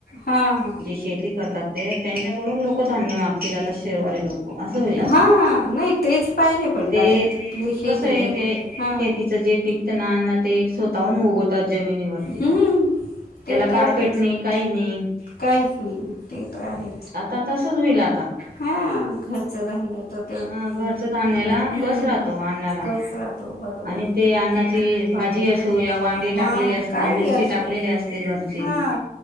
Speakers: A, on the left (about 90°); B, on the right (about 75°).
A: हां हां
B: जे शेती करतात ते त्यांच्याकडून लोक धान्य मागतील आता शेरवाले लोक असं होईल
A: हा
B: आता
A: हा नाही तेच पाहिजे पण
B: ते
A: डायरेक्ट शेती
B: कसं आहे
A: घेत
B: ते
A: हा
B: शेतीचं जे पिकत नानना ते स्वतःहून उगवतात जमिनीवरती
A: हम्म ते
B: त्याला
A: तर
B: कारपेट
A: आहेच
B: नाही काही नाही
A: काहीच नाही ते तर आहे
B: आता तसच होईल आता
A: ह घरचं धान्य तो ते
B: हा घरचं धान्याला
A: हम्
B: कस राहतो अन्नाला
A: कस राहतो बरोबर
B: आणि
A: आहे
B: ते अन्नाची
A: ठीक
B: भाजी असो या वांगे
A: हा
B: टाकलेले असो
A: काही
B: मिरची
A: असो
B: टाकलेली असते घरची
A: हा